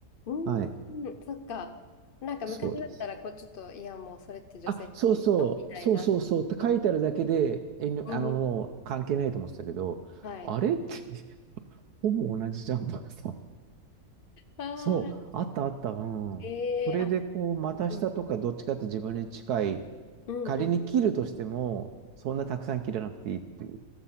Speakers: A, on the left; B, on the right.
A: うん、
B: はい。
A: うん、そっか。なんか昔だったら、
B: そうです。
A: こう、ちょっと、いや、もう、それって女性のものみたいなところ。
B: あ、そうそう、そうそうそうって書いてあるだけで、遠慮、
A: うん
B: あの、もう関係ないと思ってたけど、
A: はい。
B: あれって <laughs> ほぼ同じじゃんとかさ。
A: ああ、
B: そう、あったあった、うん。
A: ええあ、
B: それでこう、股下とかどっちかって自分に近い、
A: うん、うん、
B: 仮に切るとしても、
A: うん。
B: そんなたくさん切らなくていいっていう。